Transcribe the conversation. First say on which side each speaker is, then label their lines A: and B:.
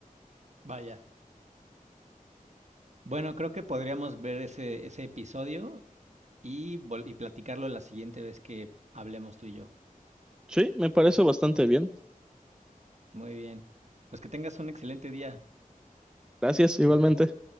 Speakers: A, on the right; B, in the centre.
A: Vaya. Bueno, creo que podríamos ver ese, ese episodio y, y platicarlo la siguiente vez que hablemos tú y yo.
B: Sí, me parece bastante bien.
A: Muy bien. Pues que tengas un excelente día.
B: Gracias, igualmente.